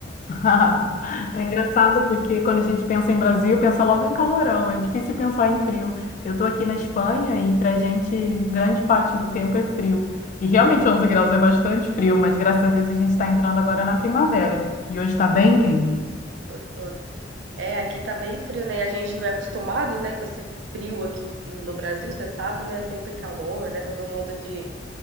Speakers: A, on the left (about 45°); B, on the right (about 70°).
A: <laughs> É engraçado porque quando a gente pensa em Brasil, pensa logo em calorão, é difícil pensar em frio. Eu estou aqui na Espanha e para a gente, grande parte do tempo é frio. E realmente 11 graus é bastante frio, mas graças a Deus a gente está entrando agora na primavera. E hoje está bem quente.
B: gostoso. É, aqui tá bem frio, né? E a gente não é acostumado, né, com esse frio aqui em- no Brasil, você sabe, né? Sempre calor, né? Todo mundo de,